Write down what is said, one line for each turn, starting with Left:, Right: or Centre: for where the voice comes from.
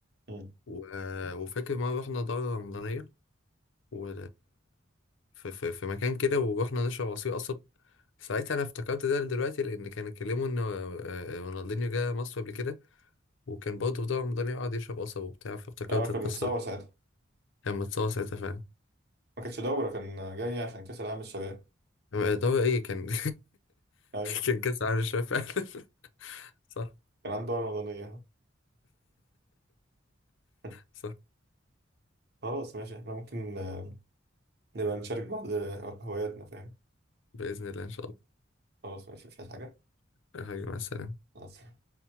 Right: امم
Left: و... وفاكر مرة رحنا دورة رمضانية و... في... في... في مكان كده ورحنا نشرب عصير قصب ساعتها أنا افتكرت ده دلوقتي لأن كانوا اتكلموا إن آه، رونالدينيو جه مصر قبل كده وكان برضه في دورة رمضانية وقعد يشرب قصب وبتاع فافتكرت
Right: اه
Left: القصة
Right: كان متصور
Left: دي
Right: ساعتها
Left: كان متصور ساعتها فعلا
Right: ما كانش دوره كان جاي عشان كاس العالم الشباب
Left: آه، دورة إيه كان <laughs>
Right: ايوه
Left: كان كأس عالم الشباب فعلا <laughs> صح
Right: كان عندي دورة رمضانية <laughs>
Left: صح
Right: خلاص ماشي احنا ممكن آه، نبقى نشارك بعض هواياتنا فاهم
Left: بإذن الله إن شاء الله
Right: خلاص ماشي مش عايز حاجة
Left: حبيبي مع السلامة
Right: خلاص